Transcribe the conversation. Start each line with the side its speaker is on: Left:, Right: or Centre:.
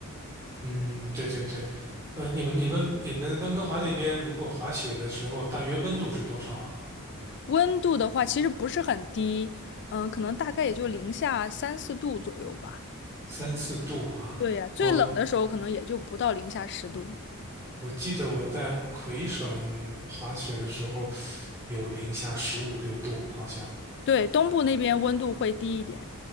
Right: 嗯，对对对，呃，你们你们你们温哥华那边如果滑雪的时候，大约温度是多少啊？
Left: 温度的话，其实不是很低，嗯、可能大概也就零下三四度左右吧。
Right: 三四度哈、
Left: 对呀、最冷的时候可能也就不到零下十度。
Right: 我我记得我在魁省滑雪的时候有零下十五六度，好像。
Left: 对，东部那边温度会低一点，